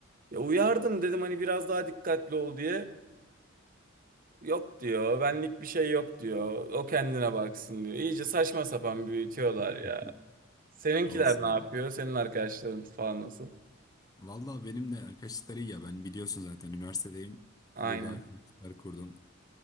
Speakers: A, on the right (about 45°); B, on the left (about 20°).
A: Ya uyardım dedim hani biraz daha dikkatli ol diye. Yok diyor. Benlik bir şey yok diyor. O kendine baksın diyor. İyice saçma sapan büyütüyorlar
B: <laughs>
A: ya. Seninkiler
B: Olsun.
A: ne yapıyor? Senin arkadaşların falan nasıl?
B: Vallahi benimle arkadaşlıkları iyi ya. Ben biliyorsun zaten üniversitedeyim.
A: Aynen.
B: Burada arkadaşlıklar kurdum.